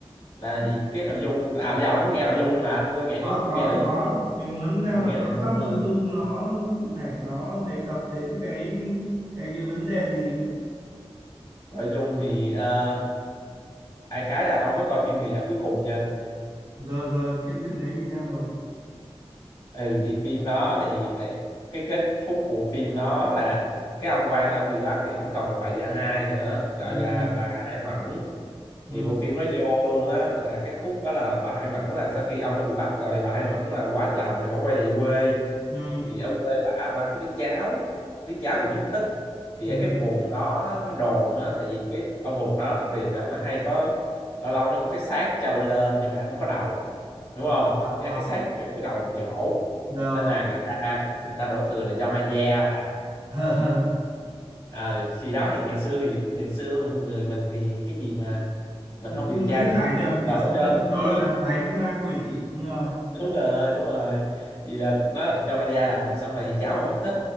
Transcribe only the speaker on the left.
là thì cái nội dung là giờ ông muốn nghe nội dung không hả tôi nghĩ
nếu nghe
nội dung
thì-
ông
nghe nội
dung
đúng
không
nội dung thì ờ, đại khái là ông có coi phim người vợ cuối cùng chưa
ừ thì phim đó thì đại- cái kết thúc của phim nó là cái ông quan đó ông bị bắt thì ông còn một bà vợ hai nữa gọi
là bà Hải Mẫn
thì bộ phim nó vô luôn á là cái khúc đó là bà Hải Mẫn là sau khi ông đã bị bắt rồi thì bà Hải Mẫn là quá chồng thì bà quay về quê
thì ở quê bả bả có đứa cháu đứa cháu bị mất tích thì
ở cái vùng đó nó đồn á tại vì cái ở vùng đó đặc biệt là nó hay có lâu lâu nó có cái xác trôi lên nhưng mà lại không có đầu đúng không
nghĩa là
cái xác
một chỗ cái đầu một chỗ
nên là người ta người ta đổ thừa là do ma da làm
à, khi đó thì ngày xưa thì ngày xưa người mình thì cái gì mà mình
không
điều
tra được
thì
đổ
cho
thiên
nhiên
đúng rồi đúng rồi thì là nó là do ma gia làm xong rồi thì cháu mà mất tích